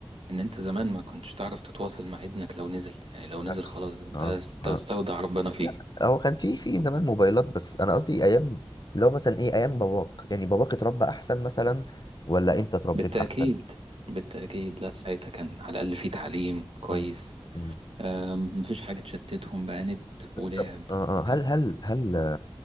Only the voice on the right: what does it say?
ان انت زمان ما كنتش تعرف تتواصل مع ابنك لو نزل يعني لو
نزل خلاص انت
هست-
تستودع ربنا فيه
بالتأكيد
بالتأكيد لا ساعتها كان على الأقل في تعليم كويس
أم، مفيش حاجة تشتتهم بقى نت ولعب
وكده